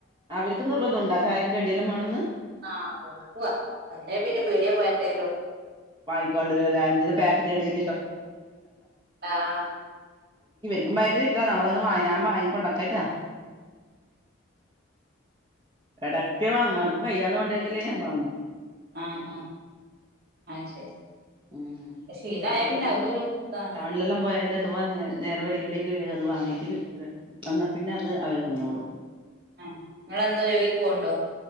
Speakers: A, on the right (about 25°); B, on the right (about 50°).
A: അവർക്ക് നിർബന്ധം ഉണ്ടാ ചായക്ക്ടിയല്ലം വേണംന്ന്?
B: ആഹ്ക്കുവാ അല്ല പിന്നെ പേടിയെ പോയ എന്തെ
A: വാങ്ങിക്കൊണ്ട വര അൊ പാക്കറ്റ് കടിയെ
B: ആഹ്
A: ഇ ഭയങ്കര ഇഷ്ട നമ്മളൊ ഞാൻ ഭാിക്ക കൊണ്ടക്കട്ടാ. ഇടക്കെ വാങ്ങും അനക്ക് കയ്യാത കൊണ്ടെങ്കിലേ ഞാൻ വാങ്ങും
B: ആഹ് ആഹ് അത് ശരി
A: ഉ
B: ശീലായ
A: ഇന്നനെ
B: പിന്നെ
A: ഞാന്
B: അതും ഒരു ഇതാണ്
A: ടൗണിലെല്ലാം പോയാല. <unintelligible> എ നേ നേരെ വൈട്ടിടില് വേഗം അത് വാങ്ങീട്ട് വന്നാൽ പിന്നെ അത് അവരെ തിന്നോളൂ.
B: ആ നിങ്ങെളെന്തോ ജോലിക്ക് പോവണ്ടോ?